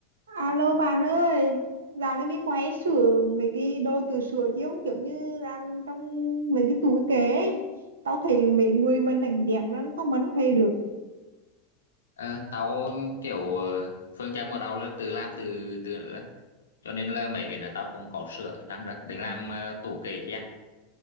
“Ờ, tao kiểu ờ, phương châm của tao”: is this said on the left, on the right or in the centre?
Left